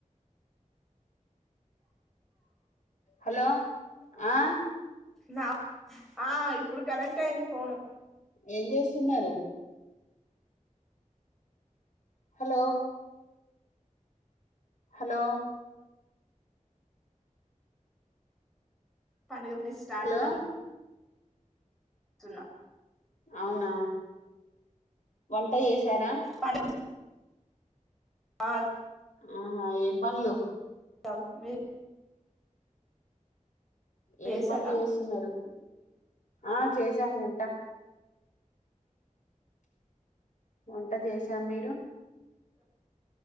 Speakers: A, on the left (about 70°); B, in the centre.
A: హలో ఆ
B: నా ఆ ఇప్పుడు కనెక్ట్ అయింది ఫోను
A: ఏం చేస్తున్నారు హలో హలో
B: పండగ పని స్టార్ట్
A: హలో
B: చేద్దాం సున్నా
A: అవునా క్క చేసారా
B: పండుగ ఆ
A: ఆహా ఏ పనులు
B: <inaudible>
A: ఏం
B: చేసారా
A: పనులు చేస్తున్నారు ఆ చేసాము వంటా వంట చేసాం మీరు